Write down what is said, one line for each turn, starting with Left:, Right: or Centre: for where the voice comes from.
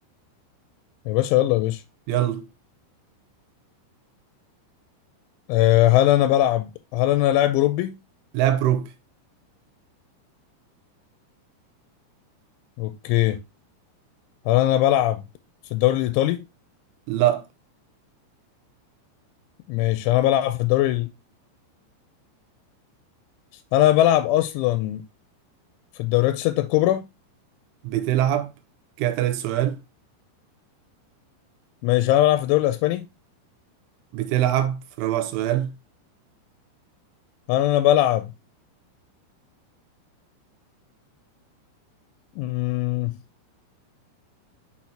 Left: يا باشا يلا يا باشا
Right: يلا
Left: أه هل انا بلعب هل انا لاعب اوروبي
Right: لاعب روبي
Left: اوكي هل انا بلعب في الدوري الايطالي
Right: لا
Left: ماشي انا بلعب في الدوري ال- هل انا بلعب اصلا في الدوريات الستة الكبرى
Right: بتلعب كده تالت سؤال
Left: ماشي هل انا بلعب في الدوري الاسباني
Right: بتلعب في رابع سؤال
Left: هل انا بلعب مم...